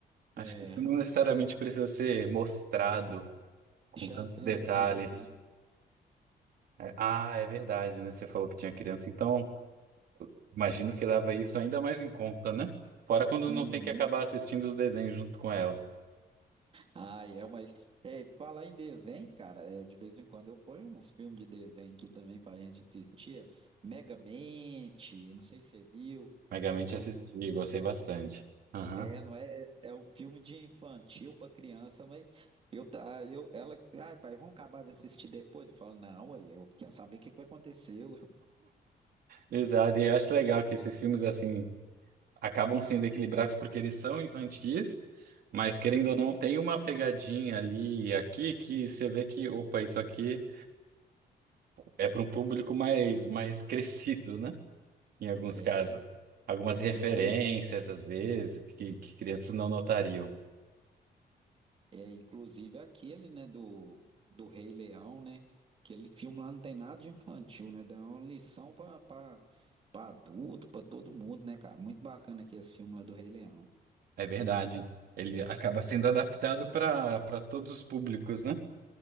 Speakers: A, on the right; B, on the right.
A: Acho
B: É,
A: que isso não necessariamente precisa ser mostrado com
B: deixa
A: tantos
B: a criança
A: detalhes.
B: crescer.
A: É, ah, é verdade, né? Você falou que tinha criança, então imagino que leva isso ainda mais em conta, né? Fora quando
B: Uhum.
A: não tem que acabar assistindo os desenhos junto com ela.
B: Ah, é, mas é, falar em desenho, cara, é, de vez em quando eu ponho uns filmes de desenho aqui também pra gente assistir. Megamente, não sei se você viu,
A: Megamente
B: é
A: assisti,
B: um
A: gostei bastante. Aham.
B: É, não é, é é um filme de infantil pra criança, mas eu, tá- eu, ela, ai, pai, vamos acabar de assistir depois. Eu falo, não, aí eu quero saber o que que vai acontecer.
A: Exato, e eu acho legal que esses filmes assim. acabam sendo equilibrados porque eles são infantis, mas querendo
B: Uhum.
A: ou não, tem
B: <laughs>
A: uma pegadinha ali e aqui que você vê que, opa, isso aqui é para um público mais, mais <laughs> crescido, né? Em alguns
B: É,
A: casos. Algumas referências,
B: inclu,
A: às vezes, que, que crianças não notariam.
B: é, inclusive aquele, né, do, do Rei Leão, né? Aquele filme lá não tem nada de infantil, né? Dá uma lição pra, pra, pra adulto, pra todo mundo, né, cara? Muito bacana aqui esse filme lá do Rei Leão.
A: É verdade. Ele acaba sendo adaptado para para todos os públicos, né?